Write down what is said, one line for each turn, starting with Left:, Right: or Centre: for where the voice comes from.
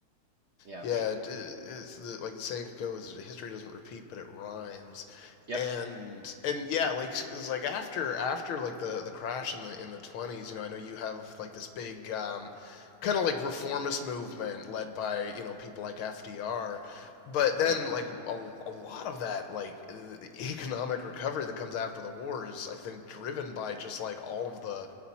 Right: yeah,
Left: Yeah,
Right: for sure.
Left: d- it's the, like the saying goes, history doesn't repeat, but it rhymes.
Right: Yep.
Left: And and yeah, like it was like after after like the the crash in the in the 20s, you know, I know you have like this big um kind of like reformist movement led by, you know, people like FDR. But then
Right: Yeah.
Left: like a, a lot of that like e, e, economic recovery that comes after the war is I think driven by just like all of the